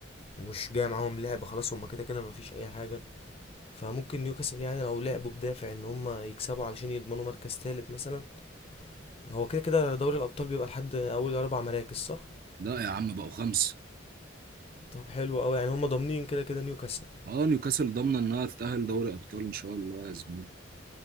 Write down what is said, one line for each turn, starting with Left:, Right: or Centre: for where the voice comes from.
Left: ومش جاي معاهم لعب خلاص هما كده كده مفيش اي حاجه فممكن نيوكاسل يعني لو لعبوا بدافع ان هما يكسبوا علشان يضمنوا مركز تالت مثلا هو كده كده دوري الابطال بيبقى لحد اول اربع مراكز صح
Right: لا يا عم بقوا خمسة
Left: طب حلو قوي يعني هم ضامنين كده كده نيوكاسل
Right: اه نيوكاسل ضامنة انها تتأهل دوري ابطال ان شاء الله يا زميلي